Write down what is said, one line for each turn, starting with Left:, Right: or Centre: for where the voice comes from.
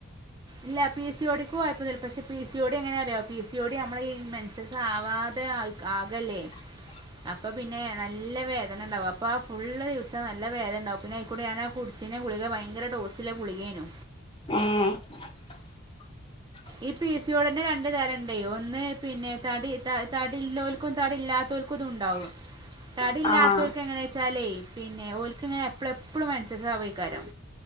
Right: ഇല്ല പി സി ഓ ടിക്കും കൊയ്പൊന്നില്ല പക്ഷെ പി സി ഓ ഡി എങ്ങനെ അറിയോ പി സി ഓ ഡി നമ്മള് ഈ മെൻസസ് ആവാതെ ആകല്ലേ
Left: ഉ
Right: അപ്പൊ പിന്നെ നല്ല വേദനണ്ടാവും അപ്പോൾ ആ ഫുള്ള് ദിവസം നല്ല വേദനണ്ടാകും പിന്നെ അതൂടെ ഞാൻ കുടിച്ചീന്ന ഗുളിക ഭയങ്കര ഡോസിലെ ഗുളികേനു
Left: ഏഹ് <inaudible>
Right: ഈ പി സി ഓ ടിതന്നെ രണ്ട് തരം ഉണ്ട് ഒന്ന് പിന്നെ തടി തടി ഇല്ലോൽക്കും തടി ഇല്ലാത്തവക്കും പക്കതുണ്ടാവും
Left: <inaudible>
Right: തടില്ലാത്തവക്ക്
Left: ആഹ്
Right: എങ്ങനാ വെച്ചാലെ പിന്നെ ഓര്ക്ക് ഇങ്ങനെ എപ്പളും എപ്പളും മെൻസസ്സ് ആവയ്ക്കാരം